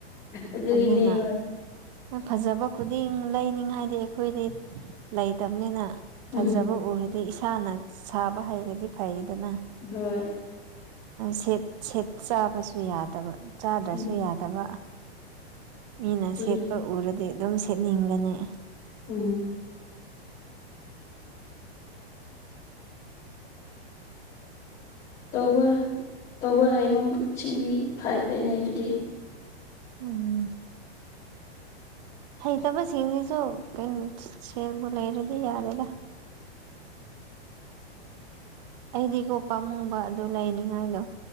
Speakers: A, on the left; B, on the right.
A: ꯑꯗꯨꯒꯤꯅꯤ
B: ꯑꯗꯨꯅ
A: ꯍꯣꯏ
B: ꯐꯖꯕ ꯈꯨꯗꯤꯡ ꯂꯩꯅꯤꯉꯥꯏꯗꯤ ꯑꯩꯈꯣꯏꯗꯤ ꯂꯩꯇꯕꯅ‌ꯤꯅ ꯐꯖꯕ
A: ꯎꯝ
B: ꯎꯔꯗꯤ ꯏꯁꯥꯅ ꯁꯥꯕ ꯍꯩꯔꯗꯤ ꯐꯩꯗꯅ
A: ꯍꯣꯏ
B: ꯁ‌ꯦꯠ ꯁꯦꯠ ꯆꯥꯕꯁꯨ ꯌꯥꯗꯕ ꯆꯥꯗ꯭ꯔꯁꯨ
A: ꯎꯝ
B: ꯌꯥꯗꯕ ꯃꯤꯅ
A: ꯑꯗꯨꯅꯤ
B: ꯁꯦꯠꯄ ꯎꯔꯗꯤ ꯑꯗꯨꯝ ꯁꯦꯠꯅꯤꯡꯒꯅꯤ ꯫
A: ꯎꯝ ꯇꯧꯕ ꯇꯧꯕ ꯍꯥꯏꯕꯁꯤꯡꯗꯤ ꯐꯥꯈ꯭ꯔꯦꯅꯦ ꯑꯗꯨꯗꯤ ꯫
B: ꯎꯝ ꯍꯩꯇꯕꯁꯤꯡꯁꯤꯗꯤ ꯀꯣ ꯀꯩꯅꯣ ꯁꯦꯜꯕꯨ ꯂꯩꯔꯗꯤ ꯌꯥꯔꯦꯗ ꯑꯩꯗꯤꯀ‌ꯣ ꯄꯥꯝꯃꯨꯕ ꯑꯗꯨ ꯂꯩꯅꯤꯉꯥꯏꯗꯣ